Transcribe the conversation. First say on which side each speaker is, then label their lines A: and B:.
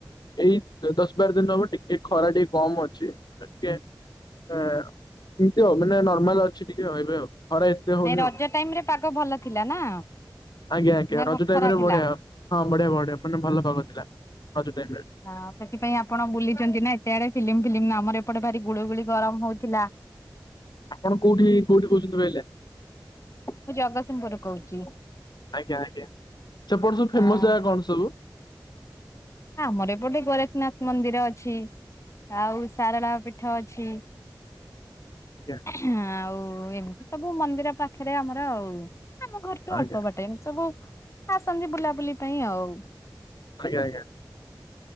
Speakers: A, on the left (about 65°); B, on the left (about 40°).
A: ଏଇ ଦଶ ବାର ଦିନ ହବ ଟିକେ ଖରା ଟିକେ କମ ଅଛି ଟେ ଏମିତି ହବ ମାନେ ନର୍ମାଲ ଅଛି। ଟିକେ ରହିବେ ଆଉ ଖରା ଏତେ ହଉନି
B: ନାଇଁ ରଜ ଟାଇମ ରେ ପାଗ ଭଲ ଥିଲା ନା?
A: ଆଜ୍ଞା ଆଜ୍ଞ
B: ନା
A: ରଜ
B: ଗ ଖରା
A: ଟାଇମରେ
B: ଥିଲା।
A: ବଢିଆ ହଁ ବଢିଆ ବଢିଆ। ମାନେ ଭଲ ପାଗ ଥିଲା। ରଜ ଟାଇମ ରେ
B: ହଁ ସେଥିପାଇଁ ଆପଣ ବୁଲିଛନ୍ତି ନା ଏତେ ଆଡେ ଫିଲ୍ମ ଫିଲ୍ମ ଆମର ଏପଟେ ଭାରି ଗୁଳୁଗୁଳି ଗରମ ହୋଉଥିଲା।
A: ଆପଣ କୋଉଠି କୋଉଠି କହୁଥିଲେ କହିଲେ।
B: ମୁଁ ଜଗତସିଂହପୁର କହୁଛି
A: ଆଜ୍ଞା ଆଜ୍ଞା ସେପଟ ସବୁ
B: ହଁ
A: ଫେମସ ଜାଗା କଣ ସବୁ।
B: ଆମର ଏପଟେ ଗୋରେଖନାଥ ମନ୍ଦିର ଅଛି। ଆଉ ସାରଳା ପିଠ ଅଛି।
A: ଆଜ୍ଞା
B: ହ ହଉ ଏନ୍ ଆଉ ଏବେ ସବୁ ମନ୍ଦିର ପାଖରେ ଆମର ଆଉ ଆମ ଘରଠୁ
A: ଆଜ୍ଞା
B: ଅଳ୍ପ ବାଟ ଏମ ସବୁ ଆସନ୍ତି ବୁଲାବୁଲି ପାଇଁ ଆଉ।
A: ଆଜ୍ଞା ଆଜ୍ଞା।